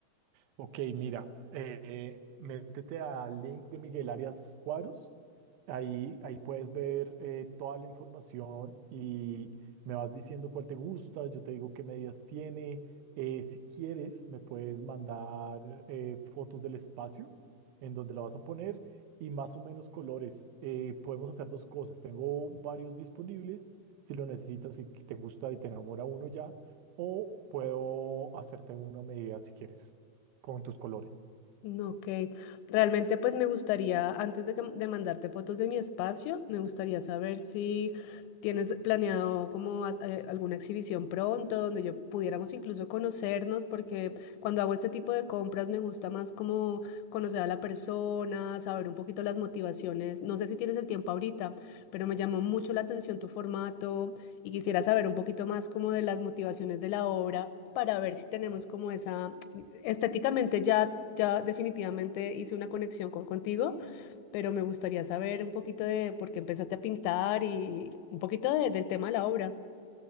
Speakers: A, on the right; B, on the left.
A: Ok, mira, eh, métete al link de Miguel Arias Cuadros. Ahí, ahí puedes ver eh, toda la información y me vas diciendo cuál te gusta, yo te digo qué medidas tiene. Eh, si quieres, me puedes mandar eh, fotos del espacio en donde la vas a poner y más o menos colores. Eh, podemos hacer dos cosas. Tengo varios disponibles, si lo necesitas, si te gusta y te enamora uno ya, o puedo hacerte una medida si quieres, con tus colores.
B: Mm, Ok, realmente pues me gustaría, antes de, que- de mandarte fotos de mi espacio, me gustaría saber si tienes planeado como as- eh, alguna exhibición pronto donde yo pudiéramos incluso conocernos, porque cuando hago este tipo de compras me gusta más como conocer a la persona, saber un poquito las motivaciones. No sé si tienes el tiempo ahorita, pero me llamó mucho la atención tu formato. y quisiera saber un poquito más como de las motivaciones de la obra para ver si tenemos como esa, estéticamente ya, ya definitivamente hice una conexión con contigo, pero me gustaría saber un poquito de por qué empezaste a pintar y un poquito de- del tema de la obra.